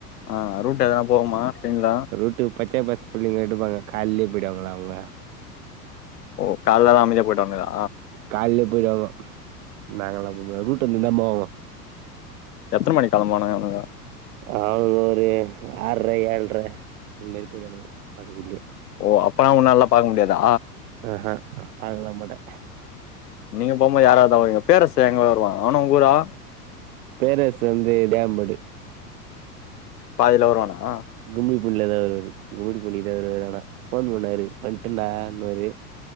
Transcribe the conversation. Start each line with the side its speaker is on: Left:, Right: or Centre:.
Left: ஆ ரூட் எதனாப் போவுமா ட்ரெயின்ல
Right: ரூட்டு பச்சய பாஸ் புள்ளிங்க எடுப்பாங்க கால்லியேப் போயிடுவாங்கள அவுங்க
Left: ஓ கால்ல எலா அமைதியா போய்டுவங்களா
Right: கால்லியேப் போயிடுவாங்கோ நாங்கதா <unintelligible>
Left: எத்தன மணிக் கெளம்புவானுங்க இவுனுங்க
Right: அவுனுங்க ஒரு ஆர்ற ஏழ்ற அன் மேரி போய்டுவானுங்கோ அதுகுள்யே
Left: ஓ அப்பனா உன்னால்லா பாக்க முடியாதா
Right: ஆஹ பாக்கலா மாட்டே
Left: நீங்க போம்மோ யார்யார்தா வவிங்க பேரரசு எங்க வருவா அவனு உங்கூறா
Right: பேரரசு வந்து தேவம்பேடு
Left: பாதில வருவானா
Right: கும்மிடிபூண்லேதா வருவாரு கும்மிடிபூண்டிகுதா வருவாரு ஆனா ஃபோன் பண்ணாரு வண்ட்டா ண்ணுவாரு